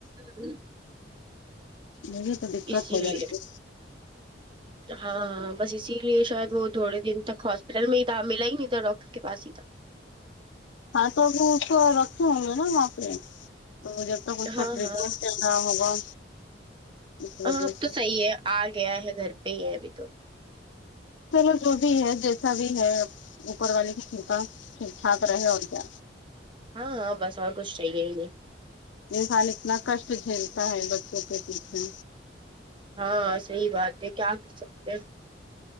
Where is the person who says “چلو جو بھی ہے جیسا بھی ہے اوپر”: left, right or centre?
Left